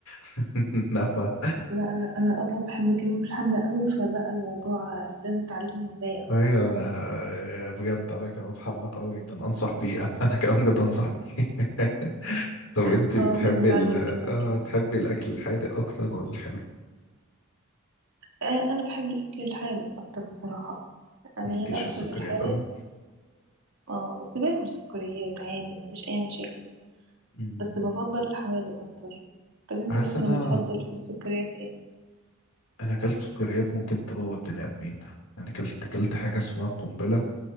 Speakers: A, on the left; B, on the right.
A: <laughs> انما
B: لا أنا, أنا أصلا بحب الكباب الحلة قوي فلا الموضوع لازم تعلمني ازاي أصلا
A: ايوه انا آه، بجد على كباب حله قوي جدا انصح بيه انا كامجد انصح بيه <laughs> طب انت
B: خلاص
A: بتحبي
B: بقى نتعلم
A: ال
B: منك
A: اه تحبي الاكل الحادق اكتر ولا الحلو
B: آه أنا بحب الأكل الحادق أكتر بصراحة ميالة
A: مالكيش في
B: أكتر
A: السكريات
B: للحادق
A: قوي
B: اه بس باكل سكريات عادي ما عنديش أي مشاكل
A: مم.
B: بس بفضل الحوادق أكتر طب انت
A: حاسس
B: بس
A: ان
B: أنا
A: انا
B: بتفضل في السكريات ايه؟
A: انا اكلت سكريات ممكن تموت بني ادمين يعني اكلت اكلت حاجه اسمها قنبله